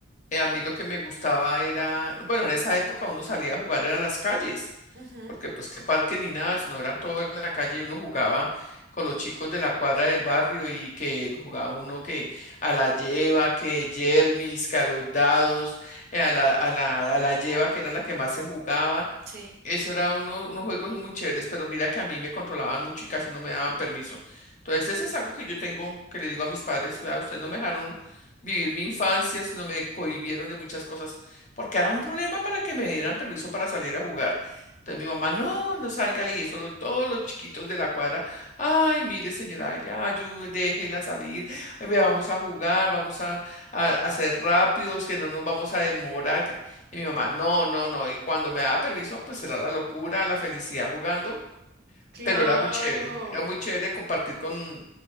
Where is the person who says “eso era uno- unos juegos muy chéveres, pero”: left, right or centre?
Left